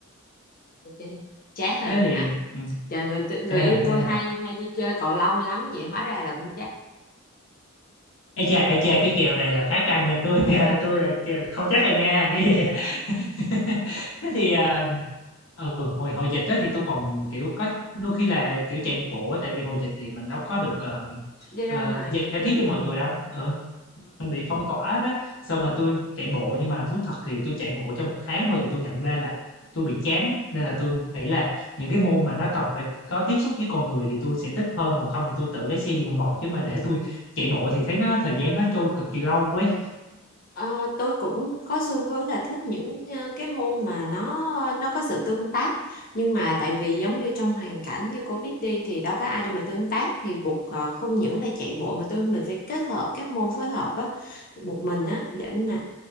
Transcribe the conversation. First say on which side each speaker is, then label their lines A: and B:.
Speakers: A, on the left (about 45°); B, on the left (about 70°).
A: Ok. trá hình
B: thế thì
A: hả
B: ừ,
A: trời người tự- người
B: trá
A: yêu
B: hình trá
A: tôi
B: hình
A: hay hay đi chơi cầu lông lắm vậy hóa ra là cũng trá
B: Ê cha, ê cha, cái kèo này là khá căng nha tôi <laughs> tôi là không chắc rồi nha cái gì <laughs> thế thì à, ừ, hồi hồi dịch đó thì tôi còn kiểu có đôi khi là kiểu chạy bộ á, tại vì hồi dịch thì mình đâu có được ờ,
A: đi ra
B: ờ,
A: ngoài
B: giao
A: nhiều
B: tiếp
A: ừ.
B: với mọi người đâu ừ, mình bị phong tỏa đó xong mà tôi chạy bộ nhưng mà thú thật thì tôi chạy bộ trong một tháng thôi thì tôi nhận ra là tôi bị chán á. nên là tôi nghĩ là những cái môn mà nó cần phải có tiếp xúc với con người thì tôi sẽ thích hơn còn không thì tôi tự lấy xe đi vòng vòng chứ mà để tôi chạy bộ thì thấy nó thời gian nó trôi cực kỳ lâu ấy
A: Ờ, tôi cũng có xu hướng là thích những ờ, cái môn mà nó nó có sự tương tác nhưng mà tại vì giống như trong hoàn cảnh như cô biết đi thì đâu có ai đâu mà tương tác thì buộc ờ, không những là chạy bộ mà tôi mình phải kết hợp các môn phối hợp á một mình á để mà